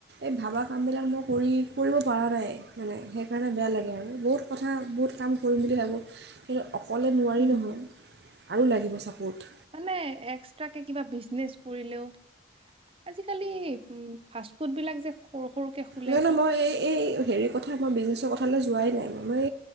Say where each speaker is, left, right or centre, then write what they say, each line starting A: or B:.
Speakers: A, on the right; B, on the right.
A: এই ভবা কামবিলাক মই কৰি কৰিব পৰা নাই মানে সেইকাৰণে বেয়া লাগে আৰু বহুত কথা বহুত কাম কৰিম বুলি ভাবোঁ, কিন্তু অকলে নোৱাৰি
B: উম
A: নহয়। আৰু লাগিব চাপৰ্ট
B: মানে এক্সট্ৰাকে কিবা বিজনেচ কৰিলেও আজিকালি ফাষ্ট ফুড বিলাক যে সৰু সৰুকে খোলে
A: মানে
B: যে।
A: মই এই এই হেৰি কথা মই বিজনেছৰ কথালৈ যোৱাই নাই মই মই